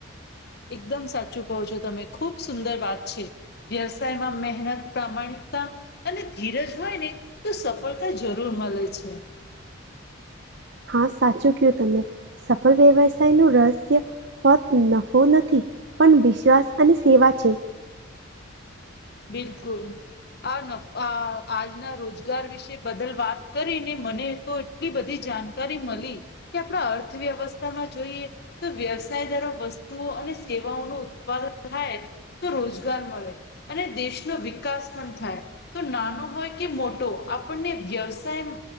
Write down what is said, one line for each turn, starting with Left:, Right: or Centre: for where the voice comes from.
Left: એકદમ સાચું કહો છો તમે ખુબ સુંદર વાત છે. વ્યવસાયમાં મહેનત પ્રામાણિકતા અને ધીરજ હોય ને તો સફળતા જરૂર મળે છે.
Right: હા સાચું કું તમે સફળ વ્યવસાય નું રહસ્ય ફત નફો નથી પણ વિશ્વાસ અને સેવા છે
Left: બિલકુલ. આ નફ આ આજના રોજગાર વિશે બદલ વાત કરી ને મને તો એલી બધી જાણકારી મળી કે આપણા અર્થવ્યવસ્થામાં જોઈએ તો વ્યવસાય જરા વસ્તુઓ અને સેવાઓ ન ઉત્પાદન થાય તો રોજગાર મળે અને દેશનો વિકાસ પણ થાય. તો નાનો હોય કે મોટો આપણને વ્યવસાય